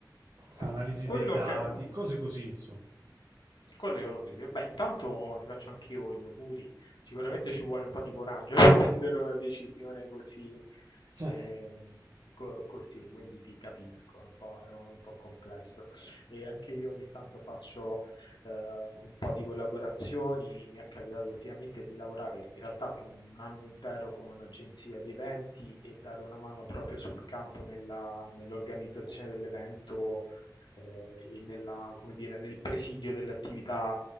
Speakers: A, on the left; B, on the right.
A: Eh,
B: analisi
A: Quello
B: dei dati,
A: che...
B: cose così, insomma.
A: Quello è quello così. Beh, intanto ti faccio anch'io gli auguri. Sicuramente ci vuole un po' di coraggio <laughs> per prendere una decisione così,
B: Eh.
A: eh, co- così, quindi ti capisco, è un po', è un po' complesso. E anche io ogni tanto faccio eh, un po' di collaborazioni. Mi è capitato ultimamente di lavorare in realtà per un anno intero con un'agenzia di eventi e dare una mano proprio sul campo nella- nell'organizzazione dell'evento eh, e nella- come dire, nel presidio delle attività